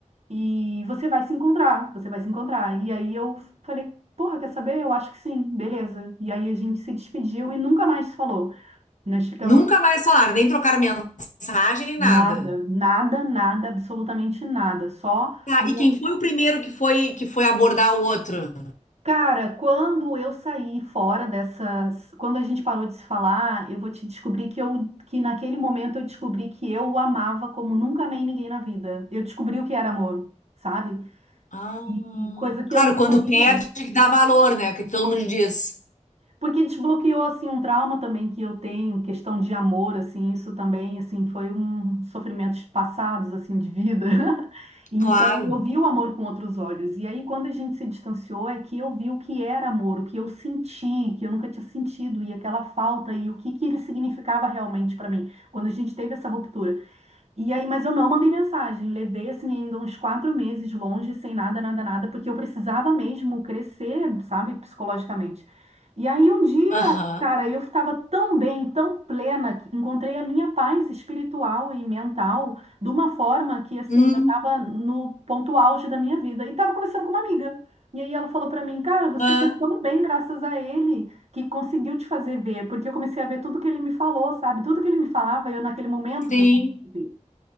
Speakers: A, on the right; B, on the left.
A: E você vai se encontrar, você vai se encontrar. E aí eu falei, porra, quer saber? Eu acho que sim, beleza. E aí a gente se despediu e nunca mais se falou. Nós ficamos
B: Nunca mais falaram, nem trocaram mensagem, nem nada.
A: Nada, nada, nada, absolutamente nada. Só,
B: Tá,
A: no-
B: e quem foi o primeiro que foi que foi abordar o outro?
A: cara, quando eu saí fora dessas, quando a gente parou de se falar, eu vou te descobrir que eu, que naquele momento eu descobri que eu o amava como nunca amei ninguém na vida. Eu descobri o que era amor, sabe?
B: Ah,
A: E, e coisa que
B: claro,
A: eu não
B: quando
A: sabia.
B: perde tem que dá valor, né? Que todo
A: Pois
B: mundo diz.
A: Porque desbloqueou assim um trauma também que eu tenho, questão de amor, assim, isso também assim foi um sofrimentos passados assim de vida. <laughs> Então
B: Claro.
A: eu vi o amor com outros olhos. E aí quando a gente se distanciou é que eu vi o que era amor, o que eu senti, que eu nunca tinha sentido e aquela falta e o que que ele significava realmente para mim. Quando a gente teve essa ruptura, e aí, mas eu não mandei mensagem. Levei assim ainda uns quatro meses longe, sem nada, nada, nada, porque eu precisava mesmo crescer, sabe, psicologicamente. E aí um dia,
B: Aham.
A: cara, eu estava tão bem, tão plena, que encontrei a minha paz espiritual e mental de uma forma que assim,
B: Hum,
A: eu estava no ponto auge da minha vida e estava conversando com uma amiga. E aí ela falou para mim, cara, você
B: ah,
A: está tão bem graças a ele que conseguiu te fazer ver, porque eu comecei a ver tudo que ele me falou, sabe? Tudo que ele me falava, eu naquele momento
B: sim.
A: que eu consegui ver.